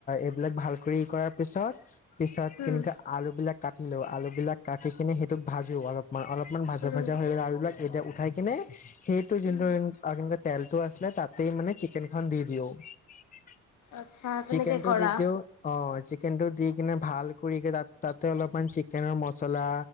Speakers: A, on the left; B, on the left.
A: এইবিলাক ভাল <unintelligible> কৰাৰ পিছত পিছত
B: উম,
A: কেনেকা আলু বিলাক কাটি লোৱা আলুবিলাক কাটি কেনে সেইটোক ভাজো অলপ। মান অলপমান ভাজা
B: উম,
A: ভাজা হৈ গলে আলুবিলাক এতিয়া উ খায় কেনে সেইটো যোনটো
B: উম,
A: <unintelligible> তেলটো আছিলে তাত। তে মানে চিকেনখন দি <unintelligible>
B: আচ্ছা তেনেকে
A: চিকেনটো
B: কৰা।
A: দি দিওঁ। অ' চিক কিন্তু দি কেনে ভাল কৰি কে তাত- তাতে অলপমান চিকেনৰ মচলা